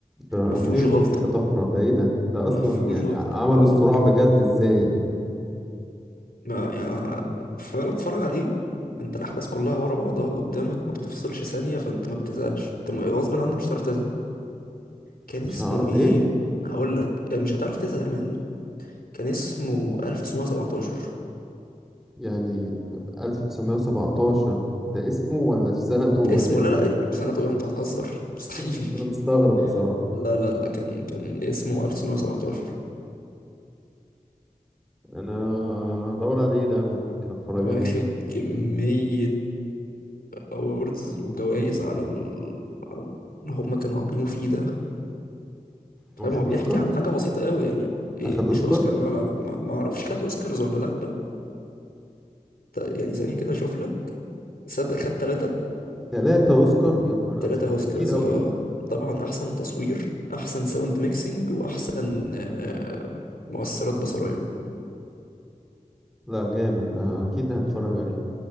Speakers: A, in the centre; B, on the left (about 85°).
A: ده
B: ما فيهوش
A: مية
B: غلطة
A: في المية طفرة ده ايه ده ده اصلا
B: ما فيهوش
A: يعني
B: غلطة
A: عملوا
B: آه والله
A: الصراع بجد ازاي
B: ما يعني أنا فعلا بتتفرج عليه انت الأحداث كلها ورا بعضها قدامك ما بتفصلش ثانية فانت ما بتزهقش انت ما- غصب عنك مش هتعرف تزهق كان
A: مش
B: اسمه
A: هعرف
B: ايه
A: ايه
B: هقول لك آه، مش هتعرف تزهق منه كان اسمه 1917
A: يعني ألف تسعمية وسبعتاشر ده اسمه ولا في سنته ولا
B: اسمه
A: ايه
B: لا لا سنة ايه انت هتهزر مستحيل
A: بس انا
B: <laughs>
A: مستغرب بصراحة
B: لا لا لا كان كان اسمه 1917
A: انا هدور عليه ده ممكن اتفرج
B: واخد
A: عليه
B: كمية أوردز وجوائز على ال... على ال- اللي هم كانوا عاملينه فيه ده
A: واخد
B: فاهم هو بيحكي
A: اوسكار
B: عن حاجة بسيطة أوي يعني إيه
A: اخد اوسكار
B: مش أوسكار لا لا لا ما ما أعرفش خد أوسكارز ولا لأ ط- يعني ثانية كده أشوف لك صدق خد تلاتة
A: تلاتة اوسكار يا نهار
B: تلاتة
A: ازرق
B: أوسكارز
A: ده كتير قوي
B: آه طبعا أحسن تصوير أحسن ساوند ميكسينج وأحسن آه، مؤثرات بصرية
A: لا جامد ده اكيد هتفرج عليه